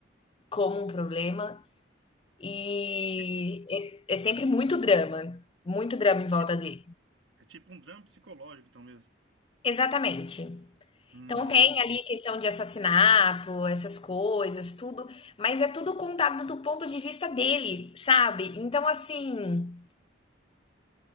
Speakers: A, on the left (about 30°); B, on the right (about 80°).
A: como um problema e
B: Ti-
A: é, é sempre muito drama, muito drama em
B: É
A: volta
B: tipo,
A: dele.
B: é tipo um drama psicológico, então mesmo.
A: Exatamente.
B: Hum,
A: Então tem ali questão de assassinato, essas coisas, tudo, mas é tudo contado do ponto de vista dele, sabe? Então assim,